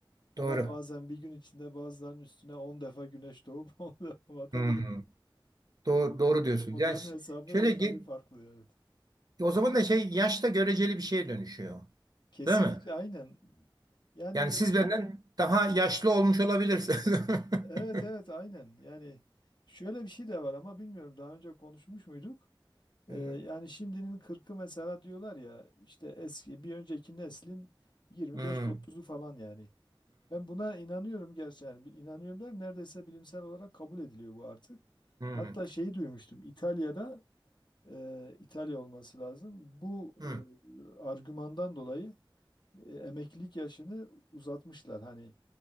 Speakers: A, on the left (about 60°); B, on the right (about 50°).
A: Ama
B: doğru.
A: bazen bir gün içinde bazılarının üstüne 10 defa güneş doğup <laughs> 10 defa batabiliyor.
B: Hmm, doğru.
A: E,
B: Doğru diyorsunuz.
A: onların
B: Yani ş-
A: hesabı
B: şöyle ge-
A: tabii farklı evet.
B: o zaman da şey yaşta göreceli bir şeye dönüşüyor.
A: Kesinlikle
B: Değil mi?
A: aynen. Yani
B: Yani siz benden daha yaşlı olmuş olabilirsiniz. <laughs>
A: Evet evet aynen. Yani şöyle bir şey de var ama bilmiyorum daha önce konuşmuş muyduk? Ee,
B: Hmm,
A: yani şimdinin 40'ı mesela diyorlar ya işte eski bir önceki neslin 25-30'u
B: hmm,
A: falan yani. Ben buna inanıyorum gerçi yani Bi- inanıyorum der neredeyse bilimsel olarak kabul ediliyor bu artık.
B: hmm.
A: Hatta şeyi duymuştum İtalya'da e, İtalya olması lazım. Bu
B: Hmm.
A: e, argümandan dolayı e, emeklilik yaşını uzatmışlar hani.